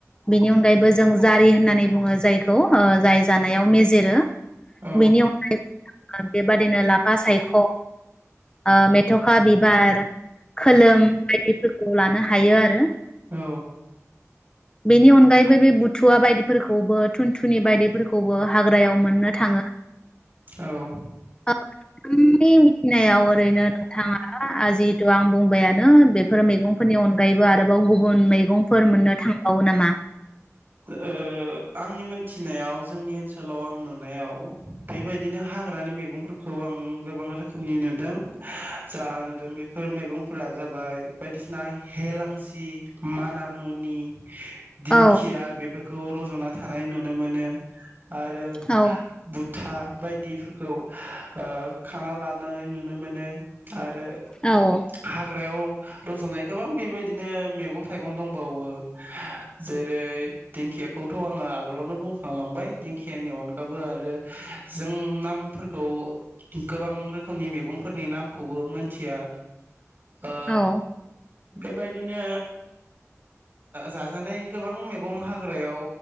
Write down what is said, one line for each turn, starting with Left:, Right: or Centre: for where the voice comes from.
Left: बेनि अनगायैबो जों जारि होननानै बुङो जायखौ ओ जाय जानायाव मेजेरो।
Right: औ
Left: बेनि अनगायै जोंहा बेबादिनो लाफा सायख' ओ मेथ'खा बिबार, खोलोम बायदिफोरखौ लानो हायो आरो।
Right: औ
Left: बेनि अनगायैबो बे बुथुवा बायदि फोरखौबो थुनथुनि बायदि फोरखौबो हाग्रायाव मोननो थाङो।
Right: ओ
Left: नोंथांनि मिथिनायाव ओरैनो नोंथाङा आ जिहेतु आं बुंबायानो बेफोर मैगंफोरनि अनगायैबो आरोबाव गुबुन गुबुन मैगंफोर मोननो थां औ नामा।
Right: ओ आंनि मोनथिनायाव जोंनि ओनसोलाव आं नुनायाव बेबायदिनो हाग्रानि मैगंफोरखौ आं गोबां रोखोमनि नुदों। जा नुदों बेफोर मैगंफोरा। जाबाय बायदिसिना हेलांसि मानामनि। दिंखिया।
Left: औ
Right: बेफोरखौ रजना थानाय नुनो मोनो। आरो
Left: औ
Right: बुथा। बायदिफोरखौ ओ खाना लानाय नुनो मोनो आ रो
Left: औ
Right: हाग्रायाव। रजुनाय गोबां बेबायदिनो मैगं थाइगं दंबावो जेरै। दिंखियाखौथ आङो आगोलावनो बुंखांलांबाय दिंखियानि अनगाबो आरो जों नामफोरखौ गोबां रोखोमनि मैगंफोरनि नामखौबो मोनथिया। ओ
Left: औ।
Right: बेबायदिनो जा-जानाय गोबां मै गं हाग्रायाव